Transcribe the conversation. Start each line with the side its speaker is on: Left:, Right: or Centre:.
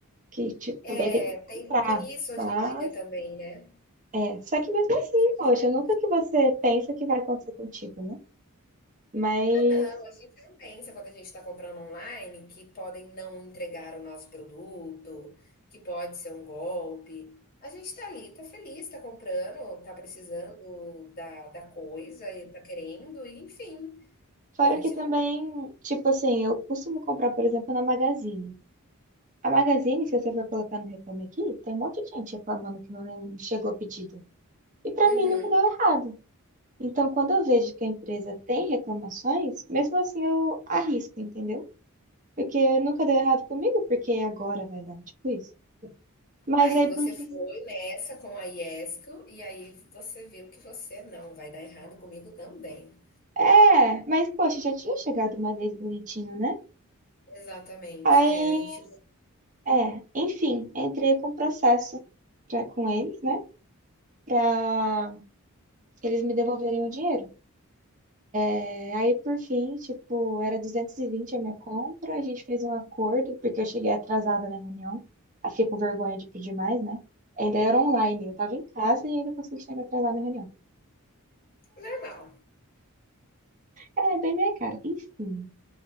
Right: que tipo, também
Left: É,
Right: tem que
Left: tem,
Right: comprar.
Left: tem isso hoje
Right: Mas,
Left: em dia também, né?
Right: é. Só que mesmo assim,
Left: Infelizmente.
Right: poxa, nunca que você pensa que vai acontecer contigo, né? Mas,
Left: Não, a gente não pensa quando a gente está comprando online que podem não entregar o nosso produto, que pode ser um golpe. A gente está ali, está feliz, está comprando, está precisando da, da coisa e está querendo, e enfim.
Right: fora
Left: A gente
Right: que também,
Left: não.
Right: tipo assim, eu costumo comprar, por exemplo, na Magazine. A Magazine, se você for colocar no Reclame Aqui, tem um monte de gente reclamando que não chegou o pedido. E pra
Left: Uhum.
Right: mim nunca deu errado. Então, quando eu vejo que a empresa tem reclamações, mesmo assim eu arrisco, entendeu? Porque nunca deu errado comigo, porque agora vai dar, tipo isso. Mas
Left: Aí
Right: aí,
Left: você
Right: por fim
Left: foi nessa com a Iesco e aí você viu que você não vai dar errado comigo também.
Right: É, mas poxa, já tinha chegado uma vez bonitinho, né?
Left: Exatamente,
Right: Aí,
Left: é, a gente.
Right: é, enfim, entrei com processo pra, com eles, né? Pra eles me devolverem o dinheiro. É, aí, por fim, tipo, era 220 a minha compra, a gente fez um acordo, porque eu cheguei atrasada na reunião. Aí fiquei com vergonha de pedir mais, né? Ainda era online, eu tava em casa e ainda consegui chegar atrasada na reunião.
Left: Normal.
Right: É, bem minha cara, enfim.